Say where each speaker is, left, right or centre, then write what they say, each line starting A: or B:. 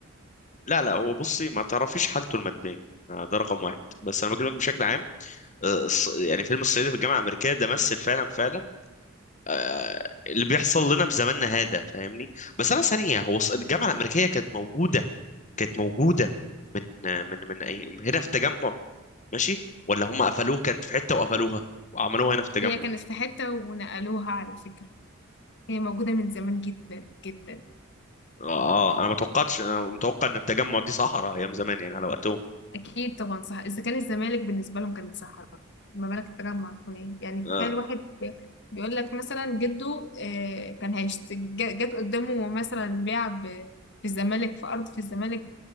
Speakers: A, on the left (about 35°); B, on the left (about 60°).
A: لا لا هو بصي ما تعرفيش حالته المادية آه، ده رقم واحد بس انا بكلمك بشكل عام آه، الص- يعني فيلم الصعيدي في الجامعه الامريكيه ده مثل فعلا فعلا آه، اللي بيحصل لنا في زماننا هذا فاهمني بس انا ثانيه هو الص- الجامعه الامريكيه كانت موجوده كانت موجوده من آه، من من أي هنا في التجمع ماشي ولا هم قفلوه كانت في حته وقفلوها وعملوها هنا في التجمع
B: هي كانت في حته ونقلوها على فكره هي موجوده من زمان جدا جدا
A: اه انا ما توقعتش انا متوقع ان التجمع دي صحراء ايام زمان يعني على وقتهم
B: اكيد طبعا صح اذا كان الزمالك بالنسبه لهم كانت صحراء ما بالك التجمع يكون ايه يعني تخيل
A: آه.
B: واحد بي- بيقول لك مثلا جده آه، كان هيشت جا- جت قدامه مثلا بيع ب- في الزمالك في ارض في الزمالك